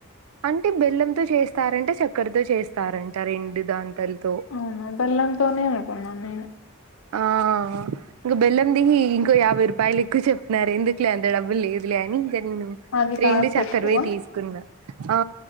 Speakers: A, on the right; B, on the left.
A: అంటే బెల్లంతో చేస్తారంటే చక్కర్ చేస్తారంట రెండు దాంతలతో
B: అవునా బెల్లంతోనే అనుకున్నాను నేను
A: ఆ ఇంకా బెల్లం ది ఇంకో యాభై రూపాయలు ఎక్కువ చెప్పినన్నారు ఎందుకు లే అంత డబ్బులు లేదు లే అని ఇ నేను
B: అది కాస్ట్
A: రెండు చక్కరవే
B: ఎక్కువ
A: తీసుకున్నా ఆ